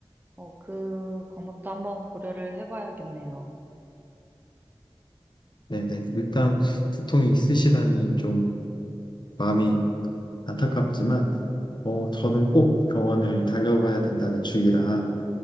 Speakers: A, on the right; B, on the left.
A: 어, 그 방법도 한번 고려를 해봐야겠네요.
B: 네네. 일단 두통이 있으시다니 좀 마음이 안타깝지만, 어, 저는 꼭 병원을 달려가야 된다는 주의라,